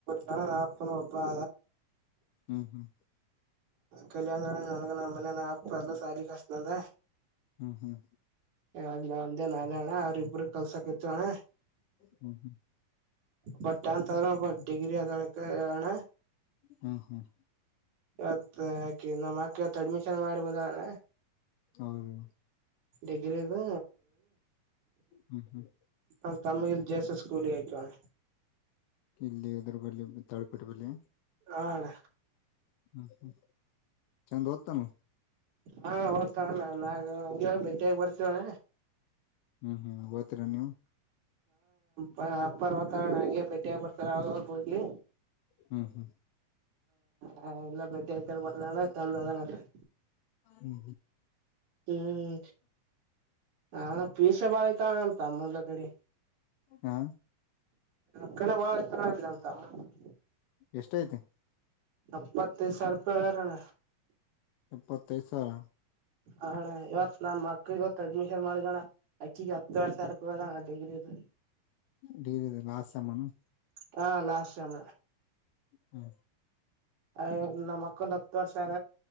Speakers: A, on the right (about 70°); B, on the left (about 80°).
A: ನಾ ಅನ ಒಬಾ
B: ಹ್ಮ್ ಹ್ಮ್
A: ಕಲ್ಯಾಣ ನನ ನಮ್ಮ ಮನ ಹ ಸಾಲಿ ಕಷ್ಟಂದ
B: ಹ್ಮ್ ಹ್ಮ್
A: ಯವಾಗ್ಲ ಒಂದೇ ನಾನೇ ಅಣ್ಣ ಅವ್ರ ಇಬ್ಬರು ಕಲ್ಸಾಕತ್ತು ಅಣ್ಣ
B: ಹ್ಮ್ ಹ್ಮ್
A: ಒಬ ಟೆಂತ್ ಆದದ ಡಿಗ್ರಿ ಅದಳಣ್ಣ
B: ಹ್ಮ್ ಹ್ಮ್
A: ಇವತ್ ಹಕಿ ನಮ್ಮ ಅಕ್ಕ ಇವತ್ ಅಡ್ಮಿಷನ್ ಮಾಡಿ ಬಂದಾರಣ
B: ಹೌದು
A: ಡಿಗ್ರಿದು.
B: ಹ್ಮ್ ಹ್ಮ್.
A: ಹ ತಮಗೆ ಜಿ ಎಸ್ ಎಸ್ ಸ್ಕೂಲಿಗೆ ಆಕೀವಣ.
B: ಇಲ್ಲಿ ಇದ್ರ ಬಲ್ಲಿ ತಾಳ್ಕಟ್ಟ ಬಲ್ಲಿ
A: ಆ ಅಣ್ಣ.
B: ಹ್ಮ್ ಹ್ಮ್ ಚಂದ ಓದ್ತಲ್ಲ.
A: ಹಾ ಹೋಗದ್ತಣ ನಾಗ ಹಂಗೆ ಭೇಟಿಯಾಗ ಬರ್ತೀವಣ್ಣ.
B: ಹ್ಮ್ ಹ್ಮ್ ಓತರ ನೀವು.
A: ಹ ಅಪ್ಪರ್ ಹತಾರ ನಂಗೆ ಭೇಟಿಯ ಬರ್ತಾರ ಆಗ ಹೋಗಿ.
B: ಹ್ಮ್ ಹ್ಮ್.
A: ಹ ಎಲ್ಲ ಬೇಟೆ <unintelligible> ಹಾಕಣ ತಂದ.
B: ಹೂ.
A: ಹ್ಮ್ ನಾನ ಪೀಸ ಬಾಳ ಐತ ತಮ್ಮಂದ ಕಡೆ.
B: ಹಾ.
A: <unintelligible>
B: ಎಷ್ಟ ಐತೆ
A: ಯಪ್ಪತ್ತೈದು ಸಾವಿರ ರೂಪಾಯಿ ಹೇಳಿ ರಣ.
B: ಎಪ್ಪತ್ತೈದು ಸಾವಿರ.
A: ಆ ಅಣ್ಣ ಇವತ್ತು. ನಮ್ಮ ಮಕ್ಳಿಗೆ ಇತ್ತು ಅಡ್ಮಿಷನ್ ಮಾಡಿದಣ್ಣ ಅಕ್ಕಿಗೆ ಹತ್ತು ವರ್ಷ ರೂಪಾಯಿದಣ್ಣ ಡಿಗ್ರಿದ.
B: ಡಿಗ್ರಿ ಲಾಸ್ಟ್ ಸಿಮ್ ಏನು.
A: ಹಾ ಲಾಸ್ಟ್ ಶಮ
B: ಹ್ಮ.
A: ಅಯ ನಮ್ಮ್ ಮಕ್ಕಂದ ಹತ್ ವರ್ ಸಣ